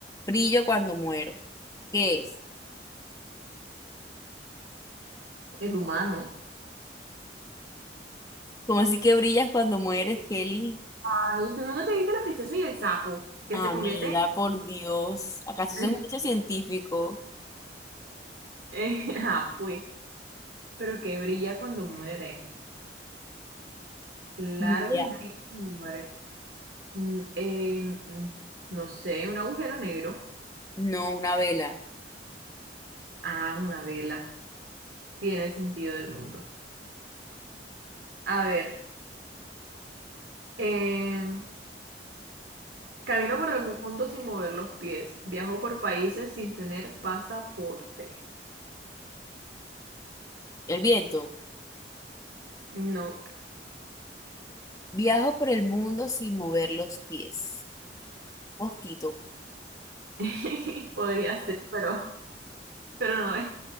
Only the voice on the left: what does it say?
Brillo cuando muero. ¿Qué es?
¿Cómo así que brillas cuando mueres, Kelly?
Amiga,
por Dios. ¿Acaso
eso es un hecho científico?
Ni idea.
No, una vela.
El viento.
Viajo por el mundo sin mover los pies. Mosquito.